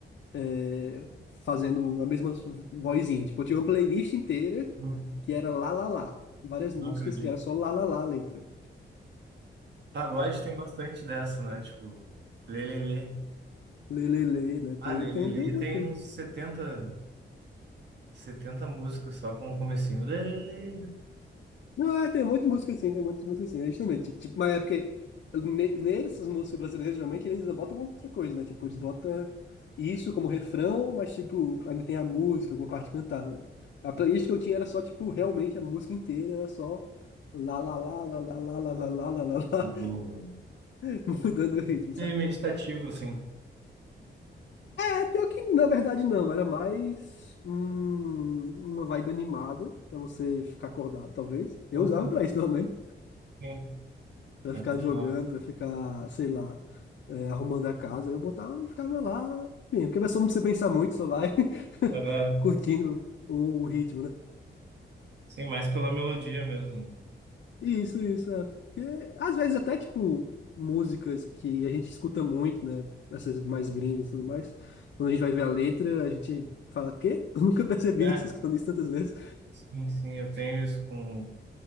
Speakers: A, on the left; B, on the right.
A: é, fazendo a mesma vozinha. Tipo, eu tinha uma playlist inteira
B: Não
A: que era lá lá lá, várias músicas
B: não acredito.
A: que era só lá lá lá a letra.
B: Pagode tem bastante dessa, né? Tipo, Lelele.
A: Lê, lê, lê, né? Tem,
B: Ah, Lelele
A: tem, tem um monte
B: tem
A: de coisa.
B: uns setenta, setenta músicas só com o comecinho. Lelele.
A: Não, é, tem um monte de música assim, tem muitas músicas assim, é justamente, tipo, mas é porque ne- nessas músicas brasileiras, geralmente, eles ainda botam alguma outra coisa, né, tipo, eles botam isso como refrão, mas, tipo, ainda tem a música, alguma parte cantada, né? A playlist que eu tinha era só, tipo, realmente a música inteira, era só lá, lá, lá, lá, lá, lá, lá, lá, lá, lá, lá, lá,
B: Boa.
A: <laughs> mudando o ritmo, sabe?
B: É meditativo, assim.
A: É, pior que, na verdade, não, era mais hum, uma vibe animada, pra você ficar acordado, talvez, eu
B: Hum,
A: usava pra isso, pelo menos.
B: Sim,
A: pra
B: é
A: ficar
B: funcional.
A: jogando, pra ficar, sei lá, é, arrumando a casa. Eu botava e ficava lá, enfim, porque vai só não precisa pensar muito, só vai <laughs>
B: É,
A: curtindo o ritmo, né?
B: sim, mais pela melodia mesmo.
A: Isso, isso, é. Porque às vezes até, tipo, músicas que a gente escuta muito, né? Essas mais gringas e tudo mais. Quando a gente vai ver a letra, a gente fala, quê? Eu nunca <laughs> percebi
B: É,
A: isso, escutando isso tantas vezes.
B: sim, sim, eu tenho isso com.